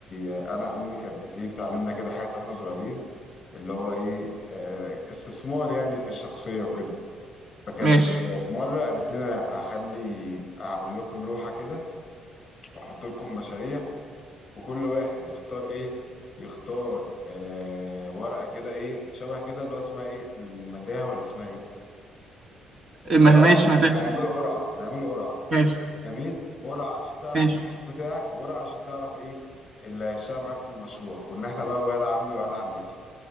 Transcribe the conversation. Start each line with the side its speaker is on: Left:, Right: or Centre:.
Left: انا امي كانت بت ايه بتعلمنا كده حاجات واحنا صغيرين اللي هو ايه آه، استثمار يعني في الشخصية وكده فكانت
Right: ماشي
Left: في مرة قالت لنا هخلي هعمل لكم لوحة كده واحط لكم مشاريع وكل واحد يختار ايه يختار آه ورقة كده ايه شبه كده اللي هو اسمها ايه المتاهة ولا اسمها ايه
Right: إيه،
Left: وياه
Right: ما- ماشي
Left: أنا-
Right: ما تهدى.
Left: هنعمله قرعة هنعمله قرعة
Right: ماشي
Left: جميل قرعة عشان تعرف
Right: ماشي
Left: المشروع بتاعك وقرعة عشان تعرف ايه اللي هيشتغل معاك في المشروع كنا احنا بقى ولا عمي ولا عمتي